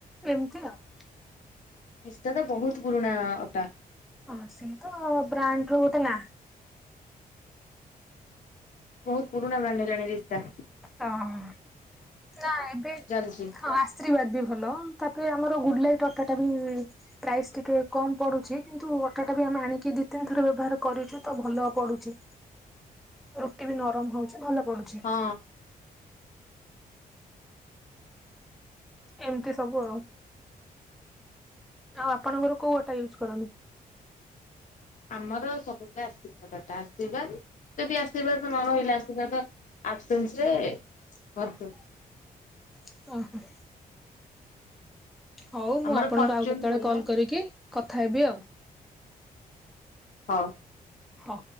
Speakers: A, in the centre; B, on the left.
A: ଏମିତି ଆଉ।
B: ରାସ୍ତା ତ ବହୁତ ପୁରୁଣା ଓଟା।
A: ହଁ ସେ ତ ବ୍ରାଣ୍ଡ ର ଗଟେ ନା।
B: ବହୁତୁ ପୁରୁଣା ବ୍ରାଣ୍ଡ ହେଲାଣି ରିଷ୍ତା।
A: ହଁ। ନା ଏବେ
B: ଚାଲିଛି
A: ହଁ ଆଶୀର୍ବାଦ ବି ଭଲ ତାପରେ ଆମର ଗୁଡ୍ ଲାଇଟ୍ ଅଟାଟା ବି ପ୍ରାଇସ୍ ଟିକେ କମ୍ ପଡୁଛି କିନ୍ତୁ ଅଟାଟା ବି ଆମେ ଆଣି ଦିି ତିନଥର ବ୍ୟବହାର କରିଛୁ ତ ଭଲ ପଡୁଛି ରୁଟି ବି ନରମ ହଉଛି ଭଲ ପଡୁଛି
B: ହଁ।
A: ଏମିତି ସବୁ ଆଉ। ଆଉ ଆପଣଙ୍କର କୋଉ ଅଟା ୟୁଜ୍ କରନ୍ତି।
B: ଆମର ସବୁବେଳେ ଆଶୀର୍ବାଦ ଅଟା ଆଶୀର୍ବାଦ ଯଦି ଆଶୀର୍ବାଦ ନ ରହିଲା ଆଶୀର୍ବାଦ ଆପସେନ୍ସ ରେ
A: <inaudible>
B: ଭରପୁର।
A: ଓଃ ହଉ ମୁଁ
B: ଆମର
A: ଆପଣଙ୍କୁ
B: ଫର୍ଚୁନ
A: ଆଉ କେତେବେଳେ
B: ତେଲ
A: କଲ କରିକି କଥା ହେବି ଆଉ।
B: ହଁ।
A: ହ।